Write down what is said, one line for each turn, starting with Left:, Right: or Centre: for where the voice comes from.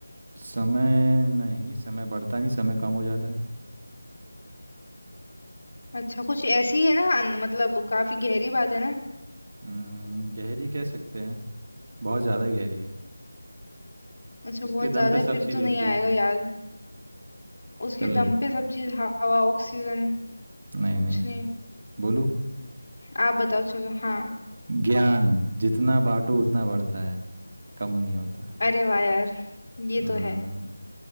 Right: समय नहीं समय बढ़ता नहीं समय कम हो जाता है
Left: अच्छा कुछ ऐसी है ना अन- मतलब काफी गहरी बात है ना
Right: हम्म गहरी कह सकते हैं बहुत ज़्यादा गहरी है
Left: अच्छा
Right: उसके
Left: बहुत
Right: दम
Left: ज्यादा
Right: पे
Left: है,
Right: सब
Left: फिर
Right: चीज़
Left: तो नहीं
Right: होती
Left: आएगा
Right: है
Left: यार उसके
Right: चल
Left: दम पे सब चीज हवा ऑक्सीजन
Right: नहीं
Left: कुछ
Right: नहीं
Left: नहीं
Right: बोलू
Left: आप बताओ चलो हाँ
Right: ज्ञान जितना बांटो उतना बढ़ता है कम नहीं होता
Left: अरे वाह यार ये
Right: हम्म
Left: तो है